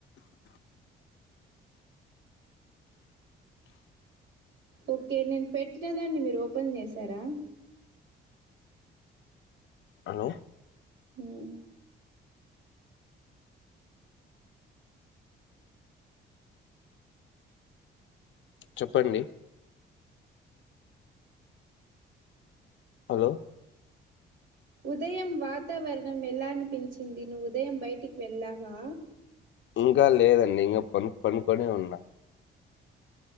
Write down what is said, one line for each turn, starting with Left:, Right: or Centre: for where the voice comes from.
Right: ఓకే నేను పెట్టినదాన్ని మీరు ఉమే శారా
Left: హలో
Right: హమ్
Left: చెప్పండి హలో
Right: ఉదయం వాతావరణం ఎలా అనిపించింది నువ్వు ఉదయం బయటికి వెళ్ళావా
Left: ఇంకా లేదండి ఇంకా పను పనుకొనే ఉన్నా